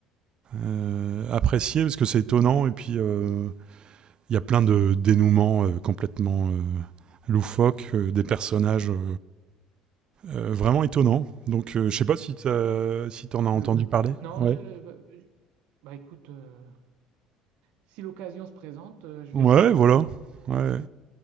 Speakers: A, on the right; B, on the right.
A: euh, apprécié parce que c'est étonnant. Et puis, euh, il euh, y a plein de dénouements euh, complètement euh, loufoques, euh, des personnages euh, euh, vraiment étonnants. Donc, euh, je sais pas si t'as- si t'en as
B: De
A: entendu
B: L'eau.
A: parler.
B: Non,
A: Ouais.
B: je, je- bah écoute, euh, si l'occasion se présente, euh, je
A: Ouais,
B: verrai.
A: voilà. Ouais.